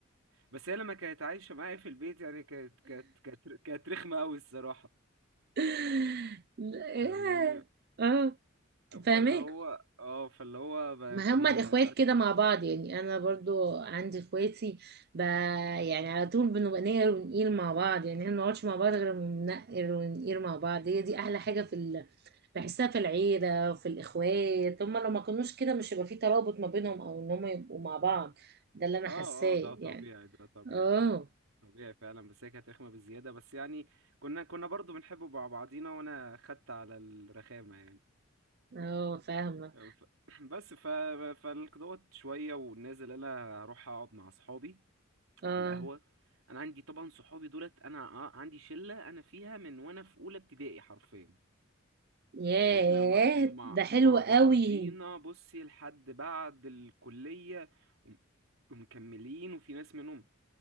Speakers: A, on the right; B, on the right.
A: بس هي لما كانت عايشة معايا في البيت يعني كانت كانت كانت كانت رخمة قوي الصراحة
B: <laughs> لا،
A: فاهماني
B: اه
A: فاللي
B: فاهمك
A: هو اه فاللي هو ب-
B: ما
A: كنا
B: هما الاخوات
A: ساعات
B: كده مع بعض يعني انا برضو عندي اخواتي ب... يعني على طول بنبقى نقر ونقيل مع بعض يعني احنا ما بنقعدش مع بعض غير لما بنقر ونقيل مع بعض هي دي احلى حاجه في ال... بحسها في العيله وفي الاخوات هما لو ما كانوش كده مش هيبقى في ترابط ما بينهم او ان هما يبقوا مع بعض ده اللي انا
A: اه
B: حاساه
A: اه ده طبيعي
B: يعني
A: ده طبيعي
B: اه
A: ده طبيعي فعلا بس هي كانت رخمة بزيادة بس يعني كنا كنا برضو بنحب مع بعضينا وانا خدت على الرخامة يعني
B: اه فاهمه
A: ف- <clears throat> بس ف... فالقدوات شوية ونازل أنا أروح أقعد مع أصحابي
B: اه
A: على القهوة أنا عندي طبعا صحابي دولت أنا ع- عندي شلة أنا فيها من وأنا في أولى ابتدائي حرفيا
B: ياه
A: يعني إحنا مع مع,
B: ده حلو
A: مع
B: قوي
A: بعضينا بصي لحد بعد الكلية وم- ومكملين وفي ناس منهم